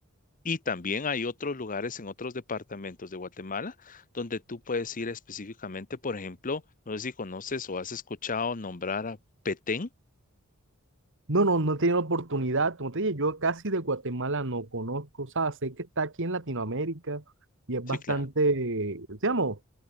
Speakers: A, on the left; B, on the right.
A: Y también hay otros lugares en otros departamentos de Guatemala donde tú puedes ir específicamente, por ejemplo, no sé si conoces o has escuchado nombrar a Petén.
B: No, no, no he tenido la oportunidad. Como te dije, yo casi de Guatemala no conozco, o sea, sé que está aquí en Latinoamérica y es
A: Sí,
B: bastante,
A: claro,
B: digamos,